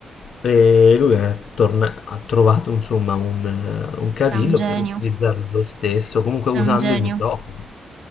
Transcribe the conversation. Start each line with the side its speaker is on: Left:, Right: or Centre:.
Left: E lui è torna- ha trovato, insomma, un, eh, un cavillo
Right: È un genio.
Left: per utilizzarlo lo stesso, comunque
Right: È
Left: usando
Right: un genio.
Left: il microfono.